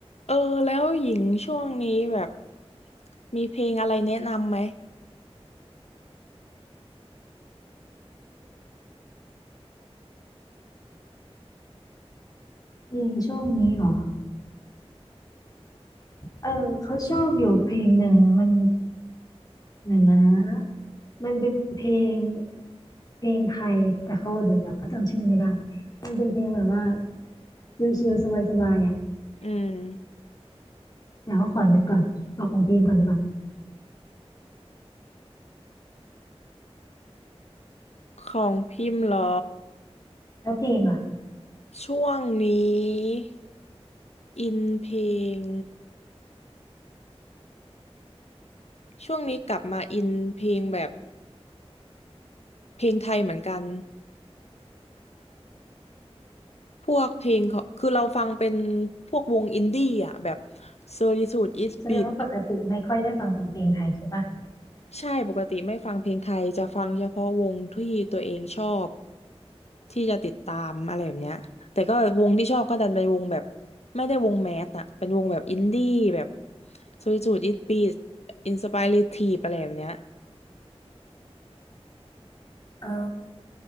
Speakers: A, on the left; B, on the left.
A: เออแล้วหญิงช่วงนี้แบบมีเพลงอะไรแนะนำไหม
B: เพลงช่วงนี้เหรอเออเขาชอบอยู่เพลงหนึ่งมันเดี๋ยวนะมันเป็นเพลงเพลงไทยแต่เขาเดี๋ยวเขาจำชื่อไม่ได้มันเป็นเพลงแบบว่าชิลๆสบายๆอ่ะ
A: อืม
B: เดี๋ยวเขาขอนึกก่อนเอาของพิมก่อนได้ปะ
A: ของพิมพ์เหรอ
B: แล้วพิมพ์ล่ะ
A: ช่วงนี้อินเพลงช่วงนี้กลับมาอินเพลงแบบเพลงไทยเหมือนกันพวกเพลงของคือเราฟังเป็นพวกวงอินดี้อ่ะแบบ Solitude Is
B: แสดงว่าปกติไม่ค่อยได้ฟังเพลงไทยใช่ปะ
A: Beat ใช่ปกติไม่ฟังเพลงไทยจะฟังเฉพาะวงที่ตัวเองชอบที่จะติดตามอะไรแบบเนี้ยแต่ก็วงที่ชอบก็ดันเป็นวงแบบไม่ได้วงแมสอะเป็นวงแบบอินดี้แบบซูริจูดอิตปีอินสปายเรทีฟอะไรแบบเนี้ย
B: อ๋อ